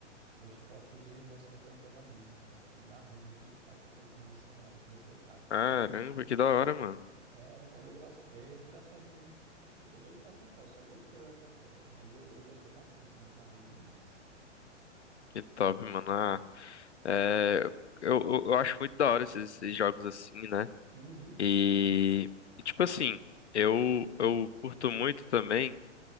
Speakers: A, on the right; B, on the left.
A: os próprios irmãos estão cantando a música e narrando o que que tá acontecendo no cenário que você tá.
B: Caramba, que da hora, mano.
A: É, é legal, é engraçadinho. Eu tô doido pra comprar, eu só vi o trailer até agora, mas eu, eu gostei bastante, me amarrei demais.
B: Que top, mano. Ah, é, eu, eu, eu acho muito da hora esses, esses jogos assim, né?
A: Uhum.
B: E, e, tipo assim, eu, eu curto muito também.